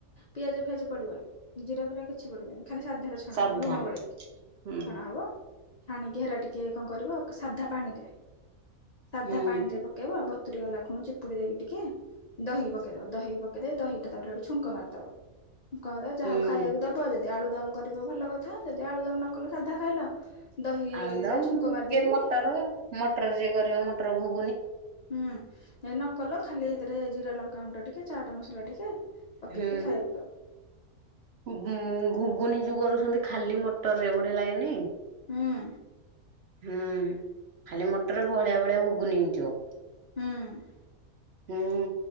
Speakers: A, on the left (about 80°); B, on the right (about 60°).
A: ପିଆଜ ଫିଆଜ ପଡିବନି ଜିରା ଫିରା କିଛି ପଡିବନି ଖାଲି ସାଧାରେ ଛଣା
B: ସାଧା
A: ହବ ଲୁଣ ଗୋଳେଇକି ଛଣା
B: ହୁଁ
A: ହବ ଚ୍ଛାଣିକି ହେରା ଟିକେ କଣ କରିବ ସାଧା ପାଣିରେ ସାଧା
B: ହୁଁ
A: ପାଣି ରେ ପକେଇବ ବତୁରି ଗଲା ଖୁଣୁ ଚିପୁଡି ଦେଇକି ଟିକେ ଦହିକି ପକେଇ ଦବା ଦହିକି ପ କେଇ ଦେଇକି ଦହିଟା ତାପରେ ହେଟୁ ଛୁଙ୍କ ମାରିଦବ। ଛୁଙ୍କ ମାରିଦବ ଯାହାକୁ
B: ହୁଁ
A: ଖାଇବାକୁ ଦବ ଯଦି ଏ ଆଳୁ ଦମ୍ କରିବ ଭଲ କଥା ଯଦି ଆଳୁ ଦମ ନ କଲ ସାଧା ଖାଇଲ ଦହିରେ
B: ଆଳୁଦମ
A: ଛୁଙ୍କ ମାରିଦେଇକି
B: ଟିକେ ମଟର <unintelligible> ମଟର ଘୁ
A: ହୁଁ ଯଦି ନକଲ ଖାଲି ହେଥିରେ ଜିରା ଲଙ୍କାଗୁଣ୍ଡ ଟିକେ ଚାଟ ମସଲା ଟିକେ ପକେଇକି
B: ହୁଁ
A: ଖାଇବାକୁ ଦବ
B: ଘୁ ଗୁଗୁନି ଯୋଉ କରୁଛନ୍ତି ଖାଲି ମୋଟର ରେ ବୁଢଆ ଲାଗନି
A: ହଁ
B: ହୁଁ ଖାଲି ମଟର ଭଳିଆ ଭଳିଆ ଉଗୁନି ହେଇଥିବ
A: ହୁଁ
B: ହୁଁ